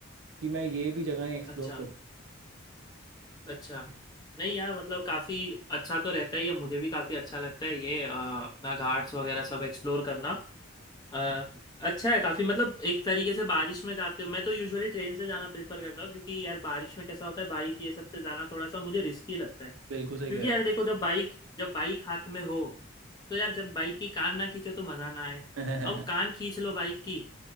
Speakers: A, on the right (about 80°); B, on the left (about 20°).
A: कि मैं ये भी जगहें एक्सप्लोर
B: अच्छा
A: करूँ
B: अच्छा नहीं यार मतलब काफी अच्छा तो रहता ही है मुझे भी काफी अच्छा लगता है ये अ, अपना घाट्स वगैरह सब एक्सप्लोर करना आ, अच्छा है काफी मतलब एक तरीके से बारिश में जाते हो मैं तो यूजुअली ट्रेन से जाना प्रेफर करता हूँ क्योंकि यार बारिश में कैसा होता है बाइक ये सबसे जाना थोड़ा सा मुझे रिस्की लगता है
A: बिल्कुल सही
B: क्योंकि
A: कह रहा
B: यार देखो जब बाइक जब बाइक हाथ में हो तो यार जब बाइक की कान ना खींचो तो मजा ना आए
A: हूँ
B: अब कान खींच लो बाइक की